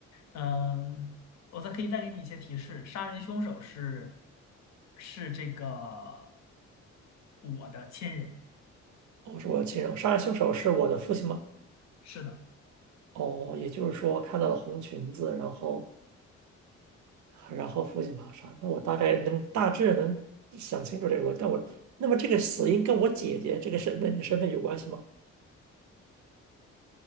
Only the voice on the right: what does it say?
哦，是我的亲人，杀人凶手是我的父亲吗？
哦，也就是说看到了红裙子，然后然后父亲把他杀，那我大概能大致能想清楚这个逻辑但我那么这个死因跟我姐姐这个身份身份有关系吗？